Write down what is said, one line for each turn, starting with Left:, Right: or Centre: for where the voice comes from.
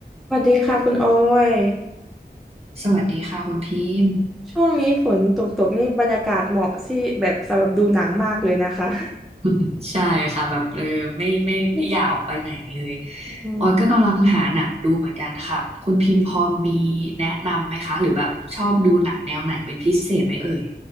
Centre: สวัสดีค่ะคุณออย
Right: สวัสดีค่ะคุณพิมพ์
Centre: ช่วงนี้ฝนตกตกนี่บรรยากาศเหมาะสิแบบสำหรับดูหนังมากเลยนะคะ
Right: <laughs> ใช่ค่ะแบบเออไม่ไม่ไม่อยากออกไปไหนเลย
Centre: อืม
Right: ออยก็กำลังหาหนังดูเหมือนกันค่ะคุณพิมพ์พอมีแนะนำไหมคะหรือแบบชอบดูหนังแนวไหนเป็นพิเศษไหมเอ่ย